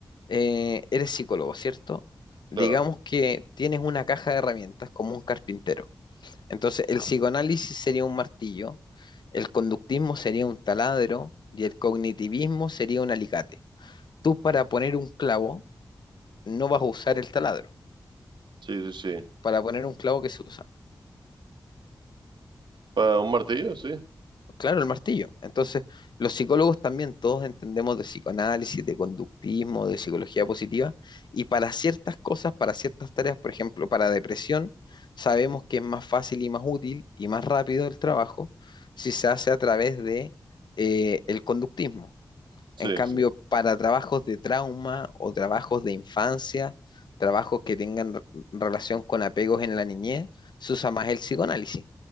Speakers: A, on the left (about 70°); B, on the right (about 80°).
A: eh, eres psicólogo, ¿cierto? Digamos
B: Claro,
A: que tienes una caja de herramientas como un carpintero. Entonces, el psicoanálisis sería un martillo, el conductismo sería un taladro y el cognitivismo sería un alicate. Tú para poner un clavo no vas a usar el taladro,
B: sí, sí, sí.
A: para poner un clavo que se usa.
B: Para un martillo, sí,
A: Claro, el martillo. Entonces, los psicólogos también todos entendemos de psicoanálisis, de conductismo, de psicología positiva, y para ciertas cosas, para ciertas tareas, por ejemplo, para depresión, sabemos que es más fácil y más útil y más rápido el trabajo si se hace a través de eh, el conductismo.
B: sí,
A: En cambio,
B: sí.
A: para trabajos de trauma o trabajos de infancia, trabajos que tengan re- relación con apegos en la niñez, se usa más el psicoanálisis.